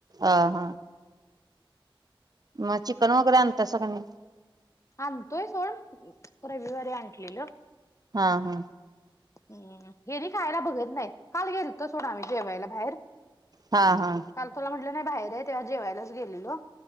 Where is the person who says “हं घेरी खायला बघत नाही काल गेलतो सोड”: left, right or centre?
Left